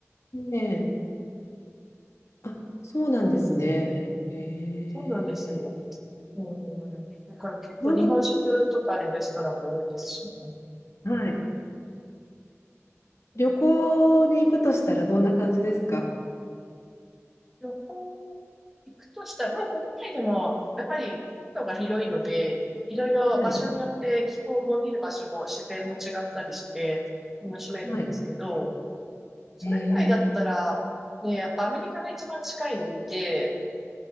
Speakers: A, on the left (about 65°); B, in the centre.
A: ねえ。あ、そうなんですね。へえ。
B: そうなんですよ。うん。だから結構日本食とかのレストランも多いですし、
A: どんな、
B: ね、
A: はい。旅行に行くとしたらどんな感じですか
B: 旅行行くとしたら、まあ国内でもやっぱり国土が広いので、いろいろ場所によって気候も見る場所も自然も違ったりして楽しめるんですけど、
A: はい。はい。
B: それ以外だったら、
A: へえ。メ
B: ね、やっぱアメリカが一番近いんで、